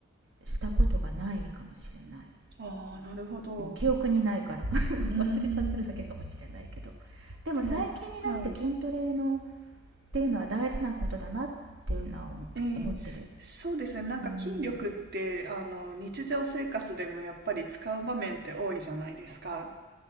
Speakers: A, on the right (about 70°); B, on the right (about 50°).
A: したことがないかもしれない。
B: ああ、なるほど。
A: うん、記憶にないから <laughs>
B: うーん。
A: 忘れちゃってるだけかもしれないけどでも最近になって筋トレのっ
B: でも、はい。
A: ていうのは大事なことだなっていうのは思ってる
B: えーそうですね。なんか筋力って、
A: うん
B: あの、日常生活でもやっぱり使う場面って多いじゃないですか。